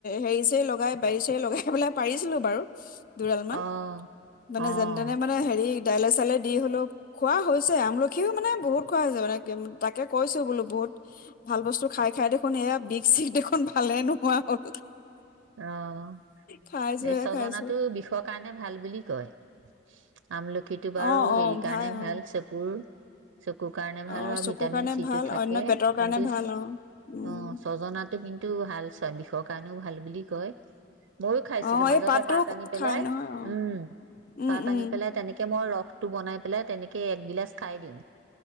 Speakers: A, on the left (about 45°); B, on the right (about 80°).
A: হেৰি-চেৰি লগাই, বাৰি-চাৰি লগাই পেলাই পাৰিছিলোঁ বাৰু। দুডালমান,
B: অ',
A: মানে,
B: অ',
A: যেন-তেনে, মানে, হেৰি দাইলে-চাইলে দি হ'লেও খোৱা হৈছে। আমলখিও, মানে, বহুত খোৱা হৈছে। মানে, তাকে কৈছোঁ, বোলো, বহুত ভাল বস্তু খাই-খাই দেখোন, এয়া, বিষ-চিষ দেখোন ভালে নোহোৱা হ'ল
B: অ',
A: খাইছোহে
B: এই ছজনাতটো
A: খাইছো
B: বিষৰ কাৰণে ভাল বুলি কয়। <inaudible> আমলখিটো বাৰু,
A: অ' অ'
B: হেৰি,
A: ভাই
B: কাৰণে ভাল।
A: অ'
B: চকুৰ চকুৰ কাৰণে ভাল
A: অ
B: হয়, আৰু
A: চকুৰ
B: ভিটামিন-চি'টো
A: কাৰণে ভাল
B: থাকে।
A: অন্য পেটৰ কাৰণে
B: কিন্তু,
A: ভাল অ উম
B: অ', ছজনাত কিন্তু ভাল। চব, বিষৰ কাৰণেও ভাল বুলি কয়। ময়ো খাইছিলোঁ।
A: অ
B: মাজতে
A: এই পাতটো
B: পাত আনি পেলাই।
A: খাই নহয় অ
B: উম,
A: উম
B: পাত
A: উম
B: আনি পেলাই। তেনেকে মই ৰস ৰসটো বনাই পেলাই, তেনেকে এক গিলাচ খাই দিওঁ।